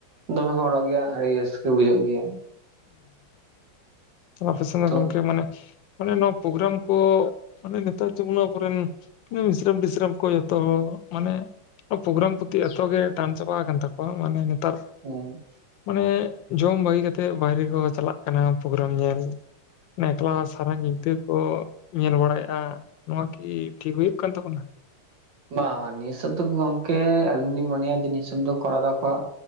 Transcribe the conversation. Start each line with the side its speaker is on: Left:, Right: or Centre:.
Right: ᱫᱚᱢᱮ ᱠᱚ ᱦᱚᱲᱚᱜ ᱜᱮᱭᱟ ᱟᱹᱰᱤ ᱨᱟᱹᱥᱠᱟᱹ ᱵᱩᱡᱷᱟᱹᱜ ᱜᱮᱭᱟ᱾
Left: ᱦᱩᱸ ᱟᱨ ᱟᱯᱮ ᱥᱮᱱ ᱫᱚ
Right: ᱛᱚ
Left: ᱜᱚᱝᱠᱮ ᱢᱟᱱᱮ ᱢᱟᱱᱮ ᱱᱚᱣᱟ ᱯᱨᱳᱜᱨᱟᱢ ᱠᱚ ᱢᱟᱱᱮ ᱱᱮᱛᱟᱨ ᱡᱮᱢᱚᱱ ᱟᱵᱚᱨᱮᱱ, ᱚᱱᱮ ᱢᱤᱥ ᱨᱟᱢ ᱰᱤᱥ ᱨᱟᱢ ᱠᱚ ᱡᱚᱛᱚ ᱦᱚᱲ ᱢᱟᱱᱮ ᱯᱨᱳᱜᱨᱟᱢ ᱯᱩᱛᱤ ᱮᱛᱚ ᱜᱮ ᱴᱟᱱ ᱪᱟᱵᱟ ᱠᱟᱱ ᱛᱟᱠᱚᱣᱟ ᱢᱟᱱᱮ ᱱᱮᱛᱟᱨ
Right: ᱦᱩᱸ
Left: ᱢᱟᱱᱮ ᱡᱚᱢ ᱵᱟᱹᱜᱤ ᱠᱟᱛᱮᱜ ᱵᱟᱭᱨᱮ ᱠᱚ ᱪᱟᱞᱟᱜ ᱠᱟᱱᱟ ᱯᱨᱳᱜᱨᱟᱢ ᱧᱮᱞ ᱮᱠᱞᱟ ᱥᱟᱨᱟ ᱧᱤᱫᱟᱹ ᱠᱚ ᱧᱮᱞ ᱵᱟᱲᱟᱭᱮᱜ-ᱟ ᱱᱚᱣᱟ ᱠᱤ ᱴᱷᱤᱠ ᱦᱩᱭᱩᱜ ᱠᱟᱱ ᱛᱟᱵᱚᱱᱟ?
Right: ᱵᱟᱝ ᱵᱟᱝ ᱱᱤᱭᱟᱹᱥᱚᱫ ᱜᱟᱝᱠᱮ ᱟᱹᱞᱤᱧ ᱞᱤᱧ ᱢᱚᱱᱮᱭᱟ ᱡᱮ ᱱᱤᱭᱟᱹᱥᱚᱫ ᱠᱚᱨᱟᱣ ᱫᱟᱠᱚ